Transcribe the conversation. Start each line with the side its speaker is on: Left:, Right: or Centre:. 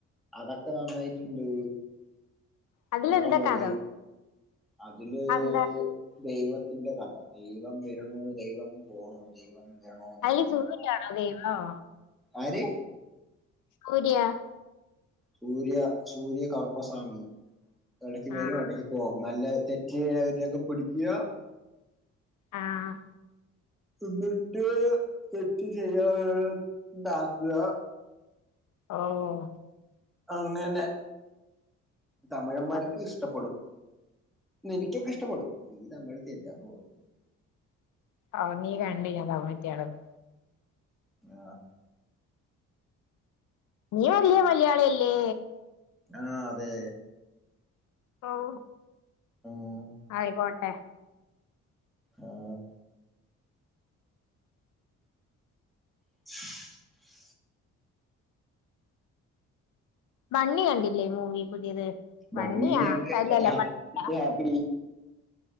Centre: അതൊക്ക നന്നായിട്ടുണ്ട്
Left: അതിലെന്താ
Centre: പൊട്ട മൂവി
Left: കഥ
Centre: അതില്
Left: അതെന്താ
Centre: ദൈവത്തിന്റെ കഥ ദൈവം വര്ണു ദൈവം പോണു ദൈവം വേണോ
Left: അതില്
Centre: ദൈവം
Left: സൂര്യയാണോ
Centre: ഓഹ്
Left: ദൈവം
Centre: ആര്
Left: സൂര്യാ
Centre: സൂര്യാ സൂര്യ കറുപ്പസ്വാമി എടക്ക് വരും
Left: ആഹ്
Centre: എടക്ക് പോവും നല്ല തെ റ്റ് ചെയ്യ്ണവരെയൊക്കെ പിടിക്ക്യാ
Left: ആഹ്
Centre: എന്നിട്ട് തെറ്റ് ചെയ്യാണ്ടാക്കാ
Left: ഓഹ്
Centre: അങ്ങനെ തമിഴന്മാർക്ക്
Left: ആ
Centre: ഇഷ് ടപ്പെടും നിനക്ക്യൊക്കെ ഇഷ്ടപ്പെടും നീ തമിഴത്തിയല്ലേ അവോണ്ട് കൊഴപ്പല്ല
Left: ആഹ് നീ കണ്ട് ഞാൻ തമിഴത്തിയാണെന്ന്
Centre: ആഹ്
Left: നീ വല്ല്യ മലയാളിയല്ലേ
Centre: ആഹ് അതെ
Left: ഓഹ്
Centre: ഉം
Left: ആയിക്കോട്ടെ
Centre: ഉം <unintelligible>
Left: ബണ്ണി കണ്ടില്ലേ മൂവി പുതിയത് ബണ്ണിയാ
Centre: ബണ്ണിയൊക്കെ <unintelligible>
Left: അല്ലല്ല ബണ്ണിയാ